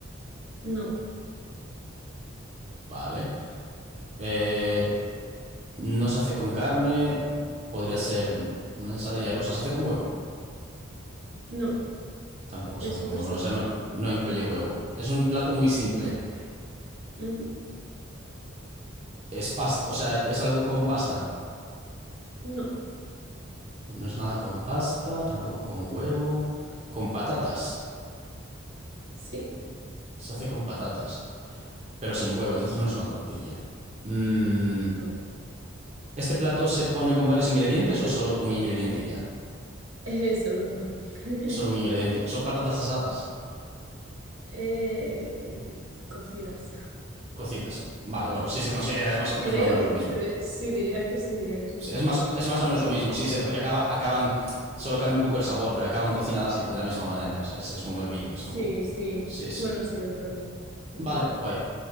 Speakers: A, on the right; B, on the right.
A: No,
B: Vale. Eh, no se hace con carne, podría ser una ensalada rusa. Se hace con huevo.
A: no,
B: Tampoco
A: es
B: se hace
A: súper
B: con huevo,
A: simple.
B: o sea, no, no incluye huevo. Es un plato muy simple.
A: No, ujú,
B: Es pasta, o sea, es algo con pasta.
A: No,
B: No es nada con pasta, tampoco con huevo, con patatas.
A: sí,
B: Se hace con patatas, pero sin huevo, entonces no es una tortilla. Mm,
A: no. <laughs>
B: ¿este plato se pone con varios ingredientes o es solo un ingrediente y ya?
A: Es solo uno.
B: Es
A: <laughs>
B: solo un ingrediente. Son patatas asadas,
A: Eh, cocidas.
B: cocidas. Vale, bueno, si se considera es más, es más
A: Creo,
B: o menos lo mismo.
A: creo, sí, diría que sí, diría que son
B: Sí,
A: cocidas.
B: es más, es más
A: Ujú.
B: o menos lo mismo, sí, se- porque acaba, acaban, solo cambia un poco el sabor, pero acaban cocinadas de la misma manera. O sea, es, es como hervido,
A: Sí,
B: es como.
A: sí.
B: Sí, sí.
A: Bueno, sí, del rollo. Ujú.
B: Vale, guay.